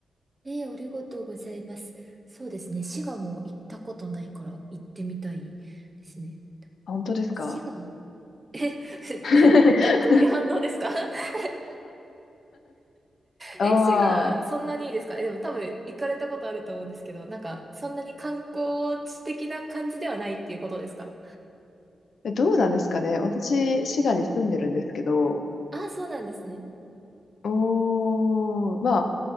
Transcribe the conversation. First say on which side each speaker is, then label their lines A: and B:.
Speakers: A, on the right; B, on the left.
A: えー、ありがとうございます。そうですね。滋賀も行ったことないから行ってみたいですね。
B: 本当ですか
A: 滋賀、え、
B: <laughs>
A: <laughs> ど、どういう反応ですか <laughs>
B: ああ、
A: 絵師がそんなにいいですかえ、でも多分行かれたことあると思うんですけど、なんかそんなに観光地的な感じではないっていうことですか
B: えどうなんですかね。私、滋賀に住んでるんですけど、
A: ああ、そうなんですね。
B: うーん、まあ、